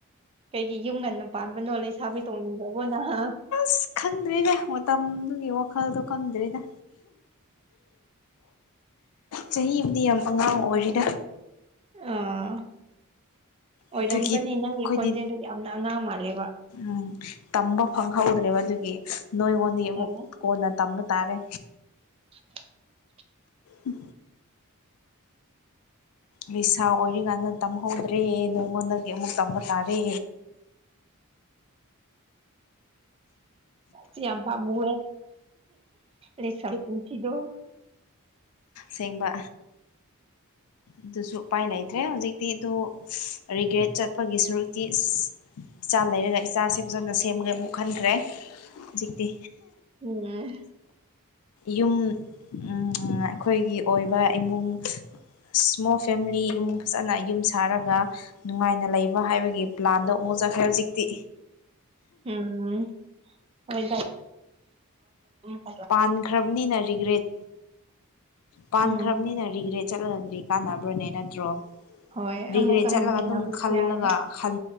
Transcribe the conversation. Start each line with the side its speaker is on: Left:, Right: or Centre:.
Right: ꯀꯩꯒꯤ ꯌꯨꯝ ꯉꯟꯅ ꯄꯥꯟꯕꯅꯣ ꯂꯩꯁꯥꯕꯤ ꯇꯣꯡꯅꯤꯡꯗ꯭ꯔꯕꯣ ꯅꯪ ꯍꯥ?
Left: ꯑꯁ ꯈꯪꯗ꯭ꯔꯤꯗ ꯃꯇꯝꯗꯨꯒꯤ ꯋꯥꯈꯜꯗꯣ ꯈꯪꯗ꯭꯭ꯔꯤꯗ ꯆꯍꯤꯕꯨꯗꯤ ꯌꯥꯝ ꯑꯉꯥꯡ ꯑꯣꯏꯔꯤꯗ꯫
Right: ꯑꯥ ꯑꯣꯏꯔꯝꯒꯅꯤ
Left: ꯑꯗꯨꯒꯤ ꯑꯩꯈꯣꯏꯗꯤ
Right: ꯅꯪꯒꯤ ꯈꯣꯟꯖꯦꯜꯗꯣ ꯌꯥꯝꯅ ꯑꯉꯥꯡ ꯃꯥꯜꯂꯦꯕ
Left: ꯎꯝ ꯇꯝꯕ ꯐꯪꯍꯧꯗ꯭ꯔꯦꯕ ꯑꯗꯨꯒꯤ ꯅꯣꯏꯉꯣꯟꯗꯤ ꯑꯃꯨꯛ
Right: ꯑꯣ
Left: ꯀꯣꯟꯅ ꯇꯝꯕ ꯇꯥꯔꯦ
Right: <unintelligible>
Left: ꯎ ꯅꯤꯁꯥ ꯑꯣꯏꯔꯤꯀꯥꯟꯗ ꯇꯝꯍꯧꯗ꯭ꯔꯦ ꯅꯉꯣꯟꯗꯒꯤ ꯑꯃꯨꯛ ꯇꯝꯕ ꯇꯥꯔꯦ
Right: ꯁꯤ ꯌꯥꯝꯕ ꯄꯝꯃꯨ ꯔꯦ ꯄꯤꯊꯤꯗꯧ
Left: ꯁꯦꯡꯕ
Right: <unintelligible>
Left: ꯑꯗꯨꯁꯨ ꯎꯄꯥꯏ ꯂꯩꯇ꯭ꯔꯦ ꯍꯧꯖꯤꯛꯇꯤ ꯑꯗꯨ ꯔꯤꯒ꯭ꯔꯦꯠ ꯆꯠꯄꯒꯤ ꯁꯔꯨꯛꯇꯤ ꯑ ꯏꯆꯥ ꯂꯩꯔꯒ ꯏꯆꯥꯁꯦ ꯐꯖꯅ ꯁꯦꯝꯃꯒꯦ ꯑꯃꯨꯛ ꯈꯟꯈ꯭ꯔꯦ ꯍꯧꯖꯤꯛꯇꯤ꯫
Right: ꯎꯝ
Left: ꯌꯨꯝ ꯎꯝ ꯑꯩꯈꯣꯏꯒꯤ ꯑꯣꯏꯕ ꯏꯃꯨꯡ ꯏꯁꯃꯣꯜ ꯐꯦꯃꯤꯂꯤ ꯏꯃꯨꯡ ꯐꯖꯅ ꯌꯨꯝ ꯁꯥꯔꯒ ꯅꯨꯡꯉꯥꯏꯅ ꯂꯩꯕ ꯍꯥꯏꯕꯒꯤ ꯄ꯭ꯂꯥꯟꯗꯣ ꯑꯃꯨꯛ ꯆꯠꯈ꯭ꯔꯦ ꯍꯧꯖꯤꯛꯇꯤ꯫
Right: ꯎꯝ ꯍꯣꯏ <unintelligible>
Left: ꯄꯥꯟꯈ꯭ꯔꯕꯅꯤꯅ ꯔꯤꯒ꯭ꯔꯦꯠ ꯄꯥꯟꯈ꯭ꯔꯕꯅꯤꯅ
Right: ꯎꯝ
Left: ꯔꯤꯒ꯭ꯔꯦꯠ ꯆꯠꯂꯒꯗꯤ ꯀꯥꯟꯅꯕ꯭ꯔꯣꯅꯦ ꯅꯠꯇ꯭ꯔꯣ
Right: ꯍꯣꯏ
Left: ꯔꯤꯒ꯭ꯔꯦꯠ
Right: ꯑꯃꯨꯛꯀ
Left: ꯆꯠꯂꯒ
Right: ꯍꯟꯖꯤꯟꯅꯕꯁꯨ
Left: ꯑꯗꯨꯝ ꯈꯜꯂꯒ
Right: ꯌꯥꯔꯣꯏ
Left: ꯈꯟ